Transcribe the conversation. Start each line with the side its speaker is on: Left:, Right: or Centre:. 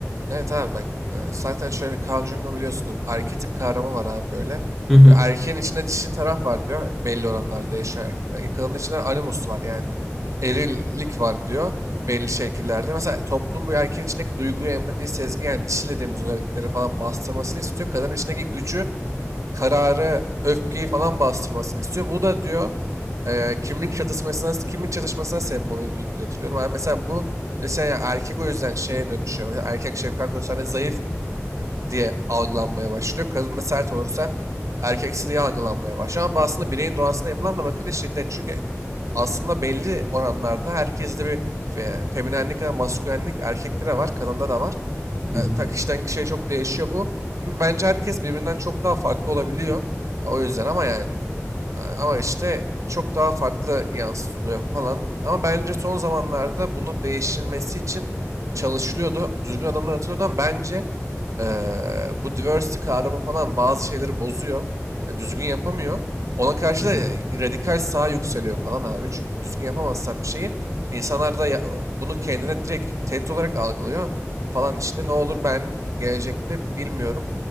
Right: Evet abi bak e, zaten şöyle bir Carl Jung'un biliyorsunuz arketip kavramı var abi böyle.
Centre: Hı hı.
Right: Ya Erkeğin içinde dişi taraf var diyor. Belli oranlarda değişiyor erkeklerde. Kadının içinde animus var yani. Erillik var diyor. Belli şekillerde. Mesela toplum bu erkeğin içindeki duyguyu, empatiyi, sezgi yani dişi dediğimiz özellikleri falan bastırmasını istiyor. Kadının içindeki gücü kararı, öfkeyi falan bastırmasını istiyor. Bu da diyor e, kimlik çatışmasına kimlik çatışmasına sebep oluyor diye diye hatırlıyorum. Yani mesela bu mesela ya erkek o yüzden şeye dönüşüyor. Mesela erkek şefkat gösterdiğinde zayıf diye algılanmaya başlıyor. Kadın da sert olursa erkeksi diye algılanmaya başlıyor. Ama bu aslında bireyin doğasına yapılan da bakınca şiddet. Çünkü aslında belli oranlarda herkeste bir fe, feminenlik ya da maskülenlik erkekte de var, kadında da var.
Centre: Hı
Right: Eee,
Centre: hı.
Right: ta kişiden kişiye çok değişiyor bu. Bence herkes birbirinden çok daha farklı olabiliyor. Ya, O yüzden ama yani. Eee, Ama işte çok daha farklı yansıtılıyor falan. Ama bence son zamanlarda bunu değiştirilmesi için çalışılıyordu. Düzgün adamlar atılıyordu ama bence Eee, bu diversity kavramı falan bazı şeyleri bozuyor. Yani düzgün yapamıyor. Ona karşı
Centre: Hı
Right: da
Centre: hı.
Right: radikal sağ yükseliyor falan abi. Çünkü düzgün yapamazsan bir şeyi insanlar da ya- bunu kendine direkt tehdit olarak algılıyor falan işte. Ne olur ben gelecekte bilmiyorum.